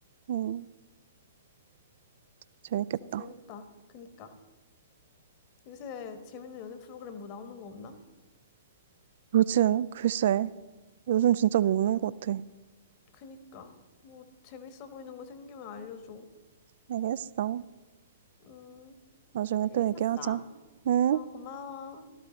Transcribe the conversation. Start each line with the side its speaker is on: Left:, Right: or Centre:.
Right: 응, 재밌겠다.
Left: 아무튼 재밌다. 그니까. 요새 재밌는 연애 프로그램 뭐 나오는 거 없나?
Right: 요즘, 글쎄, 요즘 진짜 모르는 것 같아.
Left: 그니까. 뭐 재밌어 보이는 거 생기면 알려줘.
Right: 알겠어.
Left: 음,
Right: 나중에
Left: 재밌었어.
Right: 또 얘기하자. 응?
Left: 어, 고마워.